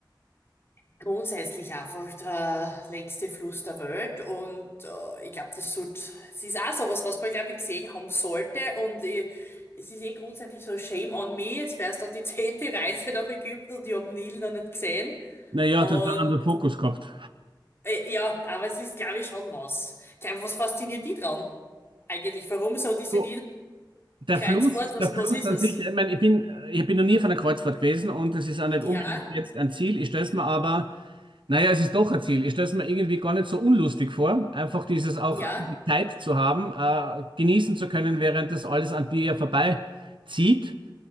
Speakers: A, on the left; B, on the right.
A: grundsätzlich einfach der längste Fluss der Welt und äh, ich glaube, das sollte, es ist auch sowas, was man, glaube ich, gesehen haben sollte und ich, es ist eh grundsätzlich so Shame on me, jetzt wäre es dann die <laughs> zehnte Reise nach Ägypten und ich habe Nil noch nicht gesehen
B: Naja,
A: und
B: du hast einen anderen Fokus gehabt.
A: äh, ja, aber es ist, glaube ich, schon was. Ich glaube, was fasziniert die dran eigentlich? Warum so diese
B: Du, Der
A: Nilkreuzfahrt?
B: Fluss,
A: Was,
B: der Fluss
A: was ist
B: an
A: es?
B: sich, ich meine, ich bin, ich bin noch nie auf einer Kreuzfahrt gewesen und es ist auch nicht unbedingt
A: Ja,
B: jetzt ein Ziel. Ich stelle es mir aber, naja, es ist doch ein Ziel. Ich stelle es mir irgendwie gar nicht so unlustig vor, einfach dieses auch
A: ja,
B: Zeit zu haben, äh, genießen zu können, während das alles an dir ja vorbeizieht